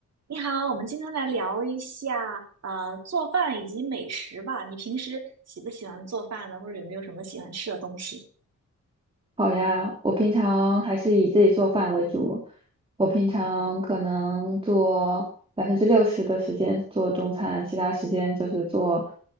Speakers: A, on the right; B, on the right.
A: 你好，我们今天来聊一下呃做饭以及美食吧。你平时喜不喜欢做饭呢？或者有没有什么喜欢吃的东西？
B: 好呀，我平常还是以自己做饭为主。我平常可能做百分之六十的时间做中餐，其他时间就是做